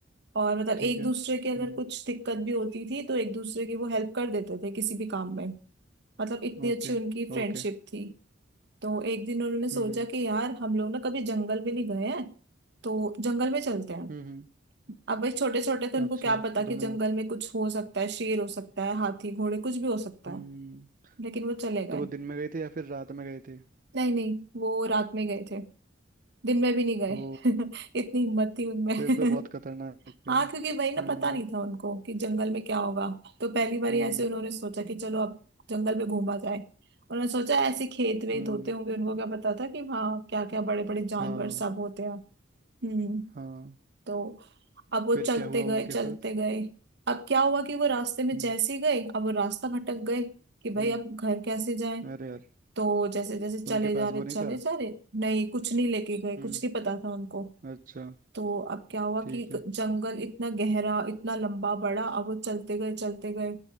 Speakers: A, on the right; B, on the right.
A: और मतलब
B: ठीक
A: एक
B: है
A: दूसरे
B: हम्म
A: के अगर कुछ दिक्कत भी होती थी तो एक दूसरे की वो हेल्प कर देते थे किसी भी काम में मतलब इतनी
B: Okay
A: अच्छी उनकी फ्रेंडशिप
B: okay
A: थी तो एक दिन उन्होंने सोचा
B: हम्म
A: कि यार हम लोग ना कभी जंगल भी नहीं गए हैं तो जंगल में चलते हैं
B: हम्म हम्म
A: अब भाई छोटे छोटे थे उनको
B: अच्छा
A: क्या पता
B: दोनों
A: कि जंगल में कुछ हो सकता है शेर हो सकता है हाथी घोड़े कुछ भी हो सकता
B: हम्म
A: है लेकिन वो चले गए
B: तो वो दिन में गए थे या फिर रात में गए थे
A: नहीं नहीं वो रात में गए थे दिन में भी नहीं गए
B: ओ
A: <laughs> इतनी हिम्मत थी उनमें <laughs>
B: फिर तो बहुत खतरनाक
A: हाँ
B: है हम्म
A: क्योंकि वही ना पता नहीं था उनको कि जंगल में क्या होगा तो पहली बार
B: हम्म
A: ऐसे उन्होंने सोचा कि चलो अब जंगल में घूमा जाए उन्होंने सोचा ऐसे खेत वेत
B: हम्म
A: होते होंगे उनको क्या पता था कि वहाँ क्या क्या बड़े बड़े जानवर
B: हाँ
A: सब होते हैं हम्म
B: हाँ
A: तो अब वो
B: फिर
A: चलते
B: क्या हुआ
A: गए
B: उनके
A: चलते
B: साथ
A: गए अब क्या हुआ कि वो रास्ते में
B: हम्म
A: जैसे ही गए अब वो रास्ता भटक गए कि भाई
B: हम्म
A: अब घर कैसे जाएं
B: अरे यार
A: तो जैसे जैसे चले
B: उनके
A: जा
B: पास
A: रहे
B: वो
A: चले
B: नहीं था
A: जा रहे नहीं कुछ नहीं लेके गए कुछ
B: हम्म
A: नहीं पता था उनको
B: अच्छा
A: तो अब क्या हुआ
B: ठीक
A: कि एक
B: है
A: जंगल इतना गहरा इतना लंबा बड़ा अब वो चलते गए चलते गए